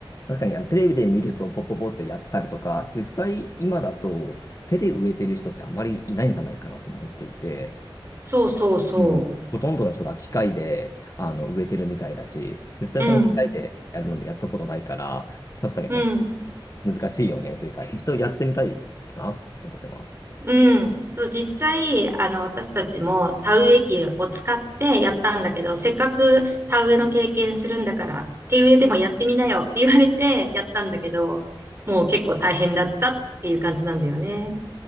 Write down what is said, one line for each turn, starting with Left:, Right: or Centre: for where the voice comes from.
Left: 確かにあのテレビで見るとポポポってやってたりとか、実際今だと手で植えてる人ってあんまりいないんじゃないかなと思っていて、
Right: そうそうそ
Left: うん。ほとんどの人が機械で、あの、植えてるみたいだし、実際その機械でやるのもやったことないから、
Right: う。うん、
Left: 確かに本当難しいよねというか、
Right: うん、
Left: 一度やってみたいかなと思ってます。
Right: うん。そう、実際、あの、私たちも田植え機を使ってやったんだけど、せっかく田植えの経験するんだから、手植えでもやってみなよって言われてやったんだけど、もう結構大変だったっていう感じなんだよね。